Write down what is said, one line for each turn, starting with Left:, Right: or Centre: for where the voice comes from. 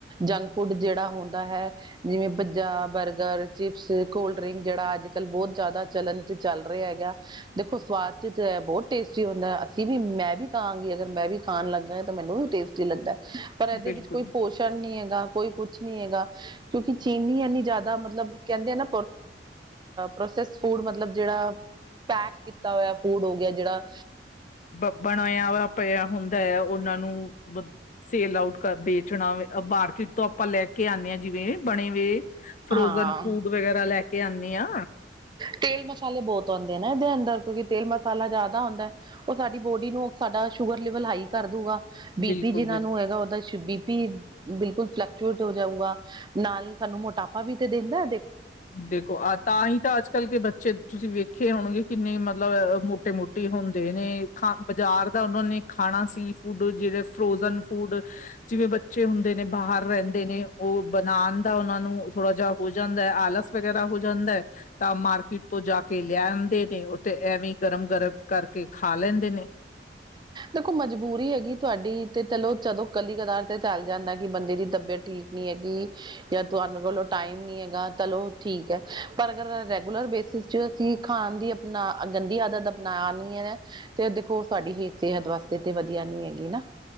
Right: ਜੰਕ ਫੂੱਡ ਜੇੜਾ ਹੁੰਦਾ ਹੈ। ਜਿਵੇਂ pizza, burger, chips, cold drink. ਜੇੜਾ ਅੱਜ ਕੱਲ੍ਹ ਬਹੁਤ ਜ਼ਿਆਦਾ ਚਲਣ ਚ ਚੱਲ ਰਿਹਾ ਹੈਗਾ। ਦੇਖੋ ਸਵਾਦ ਚ ਤਾਂ ਹੈ ਬਹੁਤ ਟੇਸਟੀ ਹੁੰਦਾ। ਅਸੀਂ ਵੀ ਵੀ ਮੈਂ ਵੀ ਕਹਾਂਗੀ ਅਗਰ ਮੈਂ ਵੀ ਖਾਣ ਲੱਗਾ ਤਾਂ ਮੈਨੂੰ ਵੀ ਟੇਸਟੀ ਲੱਗਦਾ। ਪਰ ਇਹਦੇ
Left: ਬਿਲਕੁਲ
Right: ਵਿੱਚ ਕੋਈ ਪੋਸ਼ਣ ਨੀ ਹੈਗਾ ਕੋਈ ਕੁਛ ਨਹੀਂ ਹੈਗਾ। ਕਿਉਂਕਿ ਚੀਨੀ ਐਨੀ ਜ਼ਿਆਦਾ ਮਤਲਬ ਕਹਿੰਦੇ ਆ ਨਾ ਪ੍ਰੋਸੈਸ ਫੂਡ ਮਤਲਬ ਜੇੜਾ ਪੈਕ ਕੀਤਾ ਹੋਇਆ ਫੂਡ ਹੋ ਗਿਆ ਜੇੜਾ
Left: ਬਨਾਯਾ ਹੋਯਾ ਪਿਆ ਹੁੰਦਾ ਐ। ਉਹਨਾਂ ਨੂੰ ਸੇਲ ਆਊਟ ਵੇਚਣਾ <unintelligible> ਤੋਂ ਆਪਾਂ ਲੈ ਕੇ ਆਨੇ ਆਂ ਜਿਵੇਂ ਬਣੇ ਹੋਏ। ਫਰੋਜਨ
Right: ਹਾਂ
Left: ਫੂਟ ਵਗੈਰਾ ਲੈ ਕੇ ਆਨੀ ਆ।
Right: ਤੇਲ ਮਸਾਲੇ ਬਹੁਤ ਆਉਂਦੇ ਐ ਨਾ ਇਹਦੇ ਅੰਦਰ। ਕਿਉਂਕਿ ਤੇਲ ਮਸਾਲਾ ਜ਼ਿਆਦਾ ਹੁੰਦਾ ਹੈ। ਉਹ ਸਾਡੀ ਬੋਡੀ ਨੂੰ ਸਾਡਾ ਸ਼ੂਗਰ ਲੈਵਲ ਹਾਈ ਕਰਦੂਗਾ। ਬੀਪੀ
Left: ਬਿਲਕੁਲ
Right: ਜਿਹਨਾਂ
Left: ਬਿਲਕੁਲ
Right: ਨੂੰ ਹੈਗਾ ਉਹਦਾ ਬੀ ਕੀ, ਬਿਲਕੁਲ ਫਲਕਚੁਏਟ ਹੋ ਜਾਊਗਾ। ਨਾਲ ਸਾਨੂੰ ਮੋਟਾਪਾ ਵੀ ਤੇ ਦਿੰਦਾ ਐ।
Left: ਦੇਖੋ। ਆ ਤਾਂਈ ਤਾਂ ਅੱਜ ਕਲ ਕੇ ਬੱਚੇ ਤੁਸੀਂ ਵੇਖੇ ਹੋਣਗੇ ਕਿੰਨੇ ਮਤਲਬ ਮੋਟੇ ਮੋਟੀ ਹੁੰਦੇ ਨੇ ਖਾ ਬਾਜ਼ਾਰ ਉਹ ਨੇ ਖਾਣਾ ਸੀ ਫੂਡ, ਜਿਹੜੇ ਫਰੋਜਨ ਫੂਡ ਜਿਵੇਂ ਬੱਚੇ ਹੁੰਦੇ ਨੇ ਬਾਹਰ ਰਹਿੰਦੇ। ਦੇਨੇ ਉਹ ਬਣਾਉਣ ਦਾ ਉਹਨਾ ਨੂੰ ਥੋੜਾ ਜਿਹਾ ਹੋ ਜਾ ਜਾਂਦਾ। ਆਲਸ ਵਗੈਰਾ ਹੋ ਜਾਂਦਾ ਹੈ। ਤਾਂ ਮਾਰਕੀਟ ਤੋਂ ਜਾ ਕੇ ਲੈ ਆਦੇ ਨੇ। ਉੱਥੇ ਐਵੇਂ ਗਰਮ ਗਰਮ ਕਰਕੇ ਖਾ ਲੈਂਦੇ ਨੇ।
Right: ਦੇਖੋ ਮਜਬੂਰੀ ਹੈਗੀ ਤੁਹਾਡੀ, ਤੇ ਚਲੋ ਜਦੋ ਕੱਲੀ- ਕਦਾਰ ਤੇ ਚੱਲ ਜਾਂਦਾ। ਕਿ ਬੰਦੇ ਦੀ ਤਬੀਅਤ ਠੀਕ ਨੀ ਹੈਗੀ, ਜਾਂ ਤੁਹਾਨੂੰ ਕੋਲੋਂ ਟਾਈਮ ਨੀ ਹੈਗਾ ਚਲੋ ਠੀਕ ਹੈ। ਪਰ ਅਗਰ ਰੈਗੂਲਰ ਬੇਸਿਸ ਜਦੋ ਤੁਸੀਂ ਖਾਣ ਦੀ ਅਪਣਾ ਗੰਦੀ ਆਦਤ ਅਪਣਾਣੀ ਹੈ। ਤੇ ਦੇਖੋ ਤੁਹਾਡੀ ਹੀ ਸਿਹਤ ਵਾਸਤੇ ਤੇ ਵਧੀਆ ਨੀ ਹੈਗੀ ਨਾ।